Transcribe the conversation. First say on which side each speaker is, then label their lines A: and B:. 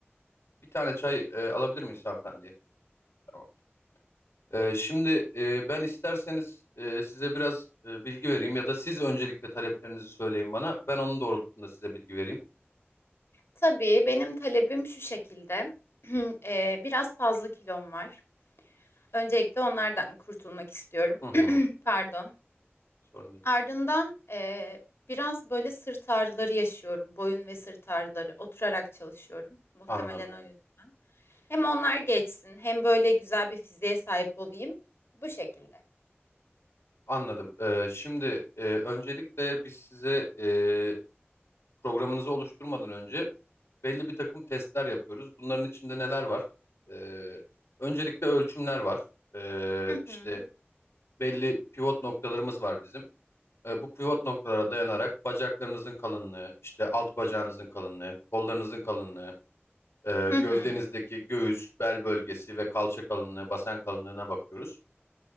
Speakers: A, on the left (about 85°); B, on the left (about 70°).
A: Bir tane çay e, alabilir miyiz hanımefendiye? Tamam. Ee, şimdi e, ben isterseniz e, size biraz e, bilgi vereyim ya da siz öncelikle taleplerinizi söyleyin bana. Ben onun doğrultusunda size bilgi vereyim.
B: Tabii benim talebim şu şekilde. <clears throat> Eee, biraz fazla kilom var. Öncelikle onlardan kurtulmak istiyorum.
A: Hı hı.
B: <clears throat> Pardon.
A: Sorun değil.
B: Ardından eee, biraz böyle sırt ağrıları yaşıyorum. Boyun ve sırt ağrıları. Oturarak çalışıyorum. Muhtemelen
A: Anladım.
B: o yüzden. Hem onlar geçsin, hem böyle güzel bir fiziğe sahip olayım. Bu şekilde.
A: Anladım. Ee, şimdi e, öncelikle biz size e, programınızı oluşturmadan önce belli bir takım testler yapıyoruz. Bunların içinde neler var? Ee, öncelikle ölçümler var. Ee,
B: Hı
A: işte
B: hı.
A: belli pivot noktalarımız var bizim. Ee, bu pivot noktalara dayanarak bacaklarınızın kalınlığı, işte alt bacağınızın kalınlığı, kollarınızın kalınlığı, e,
B: Hı hı.
A: gövdenizdeki göğüs, bel bölgesi ve kalça kalınlığı, basen kalınlığına bakıyoruz.